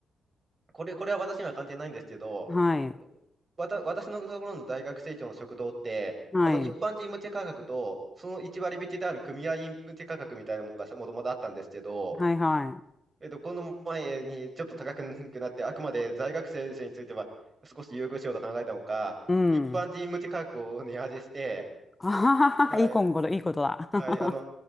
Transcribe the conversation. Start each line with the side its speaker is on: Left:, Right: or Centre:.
Right: これ、これは私には関係ないんですけど、
Left: はい。
Right: あのわた、私のところの大学生協の食堂って、
Left: はい。
Right: あの一般人向け価格と、その1割引きである組合員向け価格みたいなものがさもともとあったんですけど、
Left: はいはい。
Right: えっと、この前にちょっと高くなって、あくまで在学生については少し優遇しようと考えたのか、
Left: うん。
Right: 一般人向け価格を値上げして、
Left: <laughs> あははは、
Right: はい、
Left: いい今頃、いいことだ。<laughs> は
Right: はい、あの、